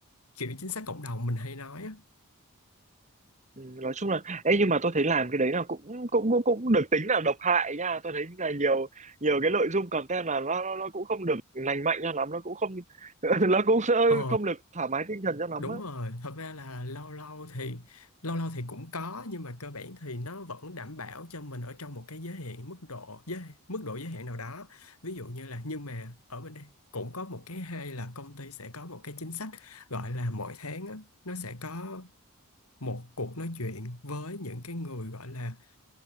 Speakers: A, on the left; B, on the right.
A: kiểu chính sách cộng đồng mình hay nói á
B: Ừ, nói chung là ấy nhưng mà tôi thấy làm cái đấy là cũng cũng cũng cũng được tính là độc hại nha tôi thấy là nhiều nhiều cái nội dung content là nó nó, nó cũng không được lành mạnh cho lắm nó cũng không <laughs> nó cũng sẽ
A: ờ
B: không được thoải mái tinh thần cho lắm
A: đúng
B: á
A: rồi thật ra là lâu lâu thì lâu lâu thì cũng có nhưng mà cơ bản thì nó vẫn đảm bảo cho mình ở trong một cái giới hạn mức độ giới mức độ giới hạn nào đó ví dụ như là nhưng mà ở bên đây cũng có một cái hay là công ty sẽ có một cái chính sách gọi là mỗi tháng á, nó sẽ có một cuộc nói chuyện với những cái người gọi là